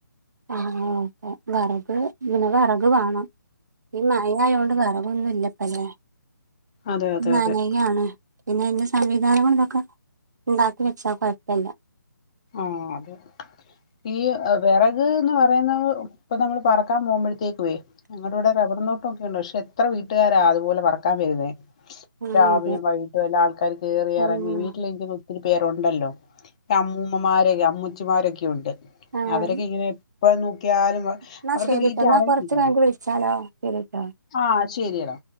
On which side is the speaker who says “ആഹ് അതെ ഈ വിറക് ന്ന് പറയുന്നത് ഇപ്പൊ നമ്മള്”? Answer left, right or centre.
Left